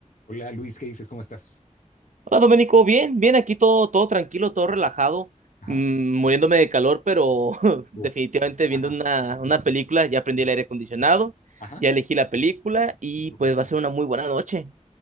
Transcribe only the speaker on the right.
Hola Domenico, bien, bien, aquí todo, todo tranquilo, todo relajado,
mm, muriéndome de calor, pero <laughs> definitivamente
viendo una, una película, ya aprendí el aire acondicionado,
ya elegí la película y
pues va
a ser una muy buena noche.